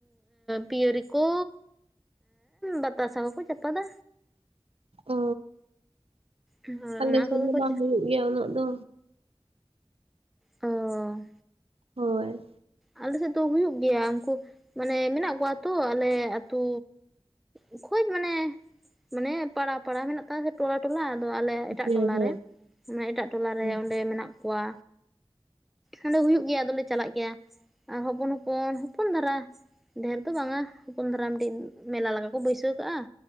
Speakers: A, in the centre; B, on the right.
A: ᱯᱤᱭᱟᱹᱨᱤ ᱠᱚ ᱵᱟᱛᱟᱥᱟ ᱠᱚ ᱠᱚ ᱪᱟᱯᱟᱫᱟ
B: ᱚ
A: ᱦᱳᱭ
B: ᱟᱞᱮ
A: ᱚᱱᱟ
B: ᱥᱮᱱ
A: ᱠᱚᱜᱮ
B: ᱫᱚ
A: ᱠᱚ
B: ᱵᱟᱝ ᱦᱩᱭᱩᱜ ᱜᱮᱭᱟ ᱩᱱᱟᱹᱜ ᱫᱚ
A: ᱚ
B: ᱦᱳᱭ
A: ᱟᱞᱮ ᱥᱮᱫ ᱫᱚ ᱦᱩᱭᱩᱜ ᱜᱮᱭᱟ ᱩᱱᱠᱩ ᱢᱟᱱᱮ ᱢᱮᱱᱟᱜ ᱠᱚᱣᱟ ᱛᱚ ᱟᱞᱮ ᱟᱹᱛᱩ ᱮᱠᱷᱚᱡ ᱢᱟᱱᱮ, ᱢᱟᱱᱮ ᱯᱟᱲᱟ ᱯᱟᱲᱟ ᱢᱮᱱᱟᱜ ᱛᱟᱭ ᱥᱮ ᱴᱚᱞᱟ ᱴᱚᱞᱟ ᱟᱫᱚ ᱟᱞᱮ ᱮᱴᱟᱜ
B: ᱦᱮᱸ
A: ᱴᱚᱞᱟ
B: ᱦᱮᱸ
A: ᱨᱮ, ᱢᱟᱱᱮ ᱮᱴᱟᱜ ᱴᱚᱞᱟ ᱨᱮ
B: ᱦᱮᱸ
A: ᱚᱸᱰᱮ ᱢᱮᱱᱟᱜ ᱠᱚᱣᱟ ᱚᱸᱰᱮ ᱦᱩᱭᱩᱜ ᱜᱮᱭᱟ ᱟᱫᱚᱞᱮ ᱪᱟᱞᱟᱜ ᱜᱮᱭᱟ ᱟᱨ ᱦᱚᱯᱚᱱ ᱦᱚᱯᱚᱱ ᱦᱚᱯᱚᱱ ᱫᱷᱟᱨᱟ ᱰᱷᱮᱨ ᱫᱚ ᱵᱟᱝᱟ ᱦᱚᱯᱚᱱ ᱫᱷᱟᱨᱟ ᱢᱤᱫᱴᱤᱡ ᱢᱮᱞᱟ ᱞᱮᱠᱟ ᱠᱚ ᱵᱟᱹᱭᱥᱟᱹᱣ ᱠᱟᱜᱼᱟ